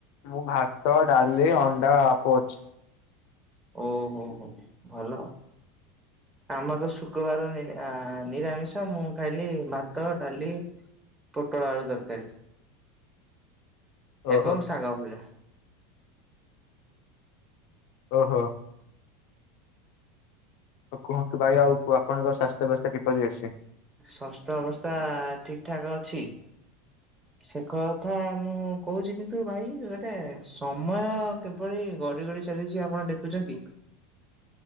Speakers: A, on the left; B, on the right.
A: ମୁଁ ଭାତ ଡାଲି ଅଣ୍ଡା ପୋଚ୍।
B: ଓ ହୋ ହୋ ଭଲ।
A: ହ <inaudible>
B: ଆମର ତ ଶୁକ୍ରବାର ଆ ନିରାମିଷ ମୁଁ ଖାଇଲି ଭାତ ଡାଲି ପୋଟଳ ଆଳୁ ତରକାରୀ।
A: ଓହୋ
B: ଏବଂ ଶାଗ ଭଜା।
A: ଓହୋ। ଆଉ କୁହନ୍ତୁ ଭାଇ ଆଉ ଆପଣଙ୍କର ସ୍ୱାସ୍ଥ୍ୟ ବ୍ୟବସ୍ଥା କିପରି ଅଛି?
B: ସ୍ୱାସ୍ଥ୍ୟ ଅବସ୍ଥା ଠିକ ଠାକ୍ ଅଛି। ସେ କଥା ମୁଁ କହୁଛି କିନ୍ତୁ ଭାଇ ଗୋଟେ ସମୟ କିଭଳି ଗଡି ଗଡି ଚାଲିଛି ଆପଣ ଦେଖୁଛନ୍ତି?
A: <unintelligible>